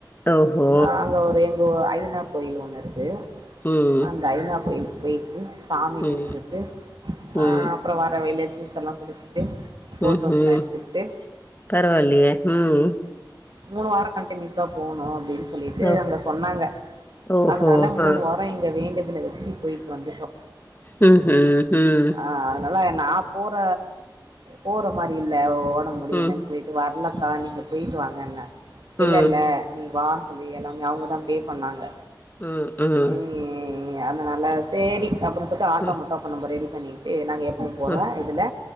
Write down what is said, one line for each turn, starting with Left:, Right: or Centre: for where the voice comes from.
Left: ஓஹோ
Right: ஆ அங்க ஒரு எங்க ஐய்யனார் கோயில் ஒன்னு இருக்கு
Left: ம்
Right: அந்த ஐனா கோயிலுக்கு போயிட்டு சாமி
Left: ம்
Right: கும்டுட்டு ஆ
Left: ம்
Right: அப்றோ வர வெளில ஜூஸ்சல்லா குடிச்சிட்டு ஃபோட்டோஸ்லாம்
Left: ம் ஹீம்
Right: எடுத்துக்கிட்டு
Left: பரவாயில்லேயே ம்
Right: மூணு வாரோ கண்டினியூஸா போனு அப்டின் சொல்லிட்டு
Left: ஓ
Right: அங்க சொன்னாங்க
Left: ஓஹோ
Right: அதனால மூணு
Left: ஆ
Right: வார ப்ப எங்க வேண்டுதல வச்சு போய்ட்டு வந்துட்டோ
Left: ஹீஹம் ம்
Right: ஆ அதுனால நா போற போற மாரி இல்ல ஒடம் முடியலன்
Left: ம்
Right: சொல்லி ட்டு வர்லக்கா நீங்க போய்ட்டு வாங்கன்ன
Left: ம்
Right: இல்ல இல்ல நீ வான் சொல்லி எல்லாமே அவுங்க தா பே பண்ணாங்க
Left: ம் ம்
Right: உம் அதனால செரி அப்டின் சொல்ட்டு ஆட்டோ
Left: ம்
Right: மட்டு அப்ப நம்ப ரெடி பண்ணிட்டு நாங்க எப் முப்போற
Left: ம்
Right: இதுல